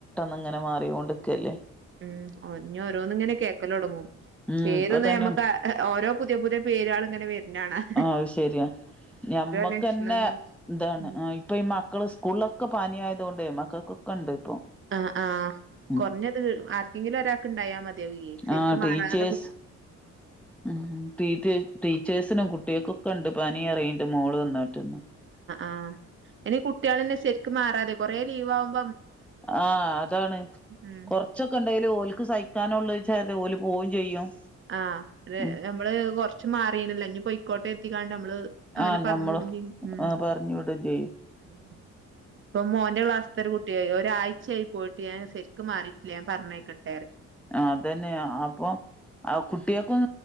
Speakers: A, in the centre; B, on the right (about 40°).
A: അങ്ങനെ മാറികൊണ്ടിക്കല്ലേ
B: ഉം ഒറിഞ്ഞ ഓരോന്ന് ഇങ്ങനെ കേക്കല് തുടങ്ങും
A: ഉം
B: പേര്ന്ന
A: ഇപ്പൊ തന്നെണ്ട്
B: നമുക്ക് ഓരോ പുതിയ പുതിയ പേര് കൾ ഇങ്ങനെ വരുന്നത് കാണാം
A: ആ അത് ശെരിയാ ഞമ്മക്ക്ന്നെ
B: ലക്ഷണങ്ങളും
A: ഇന്താണ്
B: ഉം
A: ഇപ്പ മക്കള് സ്കൂളിലൊക്കെ പാനീ ആയത കൊണ്ട് മക്കൾക്കൊക്കെ ഉണ്ട് ഇപ്പൊ
B: ആ ആ്
A: ഉം
B: കുറഞ്ഞത് ആർക്കെങ്കിലും ഒരാക്ക് ഉണ്ടായാൽ മതി <unintelligible> ശരിക്കും
A: ആഹ്
B: മാറാതെ
A: ടീച്ചേഴ്സ്
B: കു
A: ഉം ടീച്ചേ ടീച്ചേഴ്സിനും കുട്ടികൾക്കൊ കണ്ട് പനി ഇറങ്ങിയിട്ട് മോള് വന്നിട്ടന്നന്ന്
B: ആഇനി കുട്ടികളന്നെ ശരിക്കും മാറാതെ കൊറേ ലീവ് ആകുമ്പ
A: ആഹ് അതാണ്
B: ഉം
A: കൊറച്ചൊക്കെ ഉണ്ടെലും ഓലക്ക് സഹിക്കാനള്ളച്ച ഓല പോവും ചെയ്യും
B: ആഹ്
A: ഉം
B: നമ്മള് കൊറച്ച് മാറീനില്ല ഇനി പൊയ്ക്കോട്ടെ എത്തിക്കാണ്ട നമ്മള് അങ്ങനെ
A: ആഹ് ഞമ്മള്
B: പറഞ്ഞു വിടുവും ചെയ്യും ഉം
A: ആഹ് പറഞ്ഞു വിടും ചെയ്യും
B: ഉം ഇപ്പൊ മോന്റെ ക്ലാസിലത്തരു കുട്ടിയായി ഒരാഴ്ചയായി പോയിട്ട് ഞാൻ ശരിക്ക് മാറിയിട്ടില്ല ഞാൻ പറഞ്ഞായിക്കട്ടെ
A: അതന്നെയ അപ്പൊ ആ കുട്ടിയക്കും